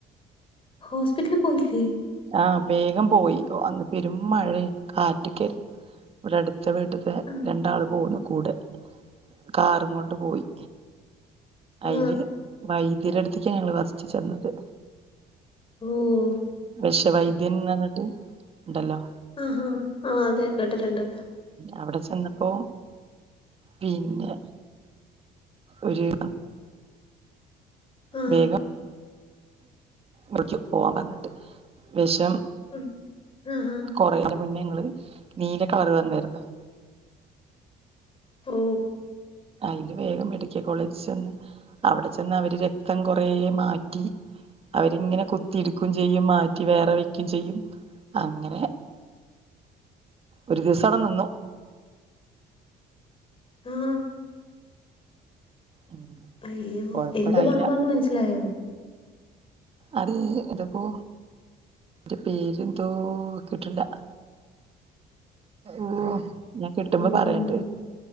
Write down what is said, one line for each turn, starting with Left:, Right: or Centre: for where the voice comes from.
Left: ഹോസ്പിറ്റല് പോയില്ലേ
Right: ആഹ് വേഗം പോയി. അന്ന് പെരും മഴേനി കാറ്റക്കരുന്നു. ഇവിടെ അടുത്ത വീട്ടത്തെ
Left: ആ
Right: രണ്ടാള് പോന്നു കൂടെ. കാറും കൊണ്ട് പോയി
Left: ആ
Right: അതില്. വൈദ്യര അടുത്ത്ക്കാ ഞങ്ങള് ഫസ്റ്റ് ചെന്നത്.
Left: ഓഹ്.
Right: വിഷ വൈദ്യൻ ന്ന് പറഞ്ഞിട്ട് ഉണ്ടല്ലോ.
Left: ആഹ് ആഹ് അതെ കേട്ടിട്ടുണ്ട്.
Right: അവിടെ ചെന്നപ്പോ പിന്നെ. ഒരു.
Left: ആ
Right: വേഗം. വിളിക്കു പോവാൻ പറഞ്ഞിട്ട് വിഷം
Left: ഉം ആഹ് ആഹ്.
Right: കൊറേന മുന്നേ ങ്ങൾ നീല കളർ വന്നായിരുന്നു
Left: ഓ
Right: അതില് വേഗം മെഡിക്കൽ കോളേജ് ചെന്ന് അവിടെ ചെന്ന് അവര് രക്തം കൊറെ മാറ്റി അവരിങ്ങനെ കുത്തി ഇടുക്കുകയും ചെയ്യും മാറ്റി വേറെ വയ്ക്കും ചെയ്യും അങ്ങനെ ഒരു ദിവസം അവിട നിന്നു
Left: ആഹ്
Right: ഉം
Left: അയ്യോ
Right: കൊഴപ്പണ്ടായില്ല
Left: എന്ത് പാമ്പാന്ന് മനസ്സിലായോ
Right: അതു എന്തപ്പോ അയ്ന്റെ പേരെന്തോ കിട്ടണില്ല ഓഹ് ഞാൻ കിട്ടുമ്പോ
Left: ഉം
Right: പറയണ്ട്
Left: ഹും